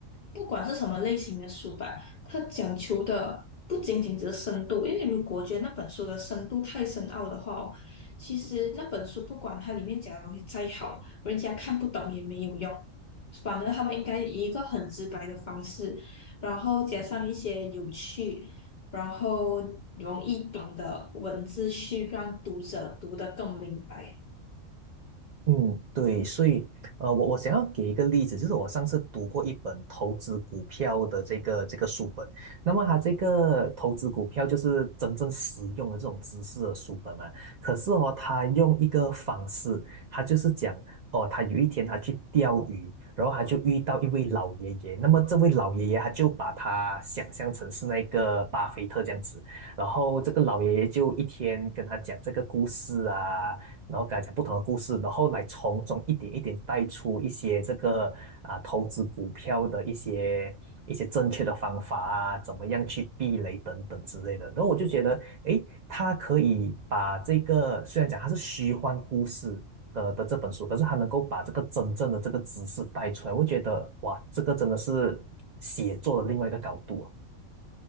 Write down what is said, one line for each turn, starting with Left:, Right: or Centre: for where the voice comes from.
Left: 不管是什么类型的书吧。它讲求的不仅仅只是深度，因为如果我觉得那本书的深度太深奥的话哦其实那本书不管它里面讲的东西再好，人家看不懂也没有用。反而他们应该以一个很直白的方式，然后加上一些有趣，然后容易懂的文字，去让读者读得更明白。
Right: 嗯，对，所以，呃，我我想要给一个例子，就是我上次读过一本投资股票的这个这个书本，那么它这个投资股票就是真正实用的这种知识的书本嘛。可是哦，他用一个方式，他就是讲哦，他有一天他去钓鱼，然后他就遇到一位老爷爷，那么这位老爷爷他就把他想象成是那个巴菲特这样子，然后这个老爷爷就一天跟他讲这个故事啊。然后给他讲不同的故事，然后来从中一点一点带出一些这个啊投资股票的一些一些正确的方法啊，怎么样去避雷等等之类的。然后我就觉得，诶，他可以把这个虽然讲他是虚幻故事。的的这本书，可是他能够把这个真正的这个知识带出来，我觉得哇，这个真的是写作的另外一个高度啊。